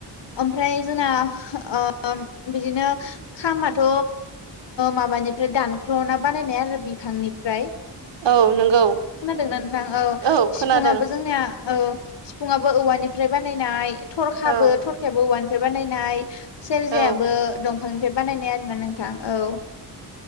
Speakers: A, on the left (about 80°); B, on the right (about 85°).
A: ओमफ्राय जोंना ओ बिदिनो खामाथ' माबानिफ्राय दानख्ल'ना बानायनाय आरो बिफांनिफ्राय
B: औ नंगौ
A: खोनादोंना नोंथां! ओ
B: औ खोनादों
A: सिफुं आबो जोंनिया ओ। सिफुङाबो औवानिफ्राय बानायनाय। थरखाबो
B: औ
A: थरखायाबो औवानिफ्राय बानायनाय। सेरजायाबो
B: औ
A: दं फांनिफ्राय बानायनाय आरोना नोंथां। औ